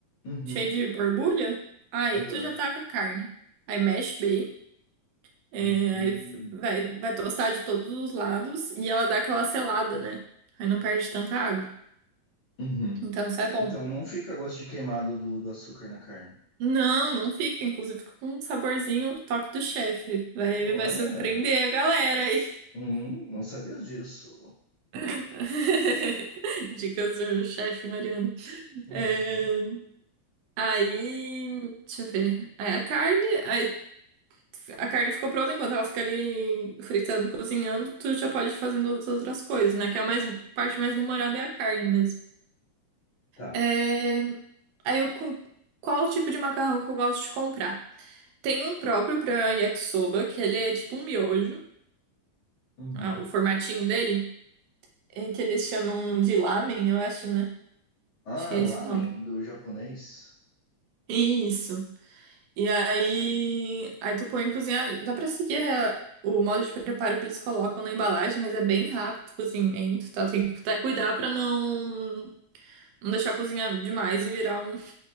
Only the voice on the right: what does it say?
cheio de borbulha. Aí
tu já tá com a carne. Aí mexe bem. É,
aí vai, vai tostar de todos os lados e ela dá aquela selada, né? Aí não perde tanta água.
Então isso é bom.
Não, não fica. Inclusive fica com um saborzinho toque do chefe. Vai,
vai surpreender a galera aí.
<laughs> Dicas do chefe Mariana.
É, aí, deixa eu ver. Aí a carne, aí a carne ficou pronta enquanto ela fica ali fritando, cozinhando, tu já pode ir fazendo as outras coisas, né? Que é a mais, parte mais demorada é a carne mesmo.
É, Aí eu com qual o tipo de macarrão que eu gosto de comprar? Tem um próprio pra yakisoba, que ele é tipo um miojo,
ah, o formatinho dele, é que eles chamam de lamen, eu acho, né?
Acho que é
esse o nome.
Isso. E aí, aí tu põe em cozinhar, dá pra seguir a- o modo de preparo que eles colocam na embalagem, mas é bem rápido o cozimento, tá? Tem que até cuidar pra não não deixar cozinhar demais e virar um